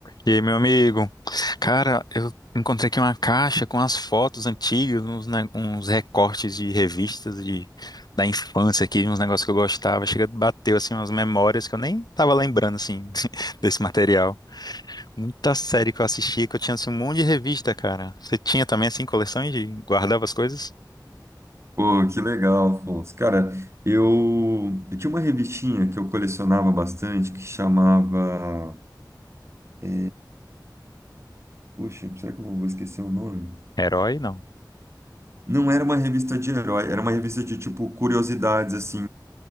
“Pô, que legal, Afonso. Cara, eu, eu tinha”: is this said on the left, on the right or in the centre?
Right